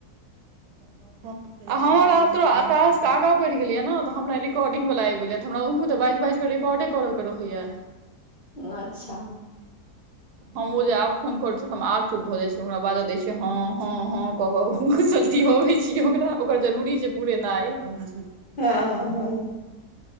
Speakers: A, on the right (about 85°); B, on the left (about 45°).
A: <unintelligible> आ हमर आब तोरा आ तश आगाँ बढ़ि गेलिये ने तऽ हमरा रिकॉर्डिंग वला आबि गेलिय तऽ हमरा तऽ बास बाइस के रेकेदे करै के रहइया
B: अच्छा
A: हम ओ जे आब फोन करै छ तऽ हम आर चुप भ जाइ छै ओकरा बाजे दै छियै हँ हँ हँ क के गुसलती होबै छिय ओकरा ओकर जरूरी छै पुरेनाइ ओकरे
B: हँ हँ